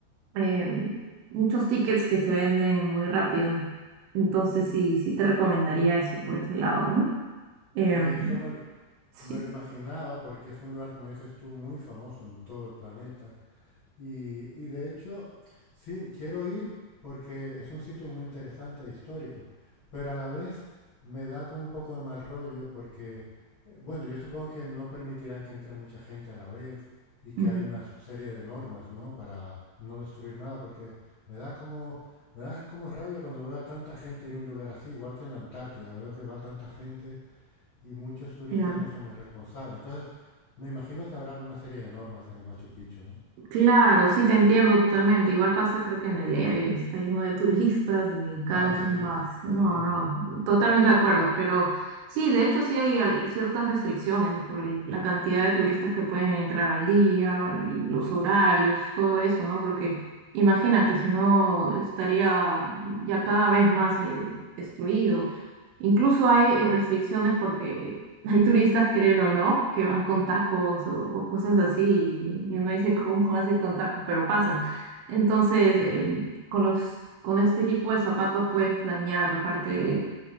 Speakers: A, on the right (about 80°); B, on the left (about 75°).
A: eh, muchos tickets que se venden muy rápido. Entonces sí, sí te recomendaría eso por ese lado, ¿no? Em,
B: sí, eso me, l-
A: sí,
B: me lo imaginaba porque es un lugar, como dices tú, muy famoso en todo el planeta. Y, y de hecho, sí, quiero ir porque es un sitio muy interesante e histórico, pero a la vez me da como un poco de mal rollo porque, eh, bueno, yo supongo que no permitirán que entre mucha gente a la vez y que
A: Ujú.
B: hay una serie de normas, ¿no? Para no destruir nada, porque me da como, me da como rabia cuando veo a tanta gente ir a un lugar así, igual que en la Antártida, veo que va tanta gente y muchos turistas
A: claro.
B: no son muy responsables. Entonces, me imagino que habrá alguna serie de normas en el Machu Picchu, ¿no?
A: Claro, sí, te entiendo totalmente. Igual pasa, creo que en el Everest está lleno de turistas y cada
B: Ah,
A: vez
B: sí, es
A: más.
B: terrible.
A: No, no, totalmente de acuerdo. Pero sí, de hecho, sí hay al- ciertas restricciones por el- la cantidad de turistas que pueden entrar al día, l- los horarios, todo eso, ¿no? Porque imagínate, si no estaría ya cada vez más eh, destruido. Incluso hay eh, restricciones porque hay turistas, creen o no, que van con tacos o, o cosas así y, y uno dice, <laughs> ¿cómo vas a ir con tacos? Pero pasa. Entonces, eh, con los, con este tipo de zapatos puedes dañar parte